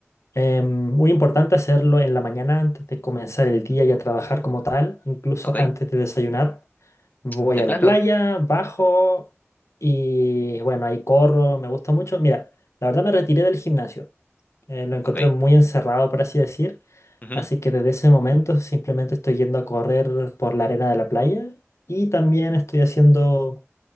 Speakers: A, on the left; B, on the left.
A: Eh, muy importante hacerlo en la mañana antes de comenzar el día y a trabajar como tal, incluso
B: Ok,
A: antes de desayunar. Voy
B: de
A: a
B: plano,
A: la playa, bajo y bueno, ahí corro, me gusta mucho. Mira, la verdad me retiré del gimnasio eh, lo encontré
B: ok.
A: muy encerrado, por así decir.
B: Ujú.
A: Así que desde ese momento simplemente estoy yendo a correr por la arena de la playa y también estoy haciendo